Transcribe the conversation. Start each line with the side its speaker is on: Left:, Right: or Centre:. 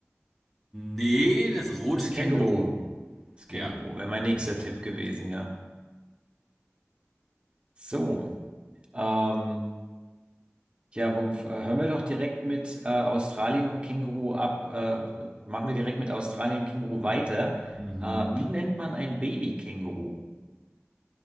Centre: Nee, das rote
Right: das
Centre: Känguru.
Right: Känguru. Das Känguru
Centre: Ja,
Right: wäre mein
Centre: richtig.
Right: nächster Tipp gewesen, ja. So. Ähm, ja, Wumpf, äh, hören wir doch direkt mit äh, Australien und Känguru ab. Äh, machen wir direkt mit Australien und Känguru weiter.
Centre: Mhm.
Right: Äh, wie nennt man ein Baby-Känguru?